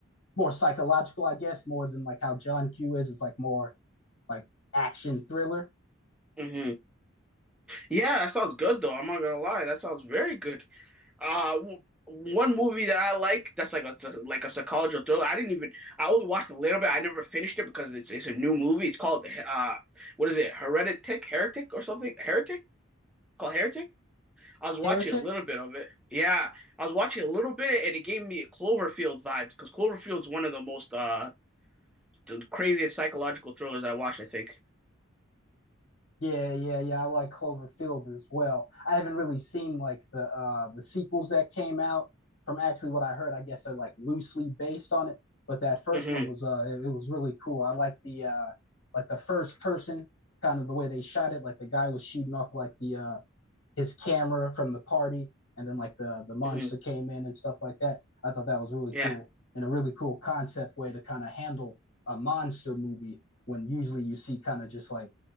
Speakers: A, on the left; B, in the centre.
A: more psychological, I guess, more than like how John Q is is like more like action thriller.
B: hmm Yeah, that sounds good though. I'm not gonna lie, that sounds very good. Uh, w- one movie that I like that's like a, it's a like a psychological thriller. I didn't even I only watched a little bit. I never finished it because it's it's a new movie. It's called uh what is it? Heretic, Heretic or something? Heretic? Called Heretic? I was
A: Heretic,
B: watching a little bit of it. Yeah, I was watching a little bit and it gave me Cloverfield vibes because Cloverfield's one of the most uh the craziest psychological thrillers I watched, I think.
A: Yeah, yeah, yeah. I like Cloverfield as well. I haven't really seen like the uh the sequels that came out. From actually what I heard, I guess they're like loosely based on it. But that first
B: hmm
A: one was uh it, it was really cool. I like the uh like the first person kind of the way they shot it. Like the guy was shooting off like the uh his camera from the party, and then like the the monster
B: hmm
A: came in and stuff like that. I thought that was really
B: Yeah.
A: cool and a really cool concept way to kind of handle a monster movie when usually you see kind of just like